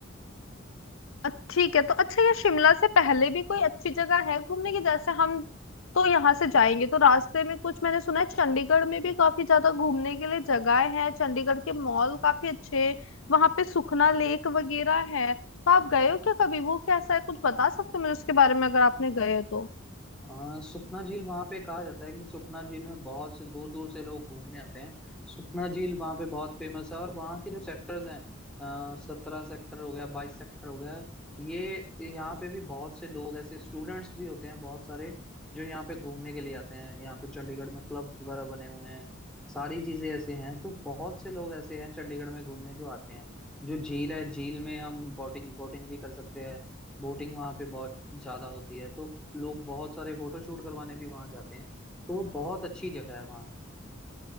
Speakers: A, on the left (about 75°); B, in the centre.
A: अ- ठीक है तो अच्छा यार शिमला से पहले भी कोई अच्छी जगह है घूमने की जैसे हम तो यहाँ से जाएंगे तो रास्ते में कुछ मैंने सुना है चंडीगढ़ में भी काफी ज्यादा घूमने के लिए जगह है चंडीगढ़ के मॉल काफी अच्छे वहां पे सुखना लेक वगैरह है तो आप गए हो क्या कभी वो कैसा है कुछ बता सकते हो मुझे उसके बारे में अगर आपने गए हो तो
B: आ, सुखना झील वहां पे कहा जाता है कि सुखना झील में बहुत से दूर दूर से लोग घूमने आते हैं सुखना झील वहां पे बहुत फेमस है और वहाँ के जो सेक्टर्स हैं सत्रह सेक्टर हो गया बाईस सेक्टर हो गया ये यहाँ पे भी बहुत से लोग ऐसे स्टूडेंट्स भी होते हैं बहुत सारे जो यहाँ पे घूमने के लिए आते हैं यहाँ पे चंडीगढ़ में क्लब्स वगैरह बने हुए हैं सारी चीजें ऐसे हैं तो बहुत से लोग ऐसे हैं चंडीगढ़ में घूमने जो आते हैं जो झील है झील में हम बोटिंग बोटिंग भी कर सकते हैं बोटिंग वहां पे बहुत ज्यादा होती है तो लोग बहुत सारे फोटो शूट करवाने भी वहां जाते हैं तो वो बहुत अच्छी जगह है वहाँ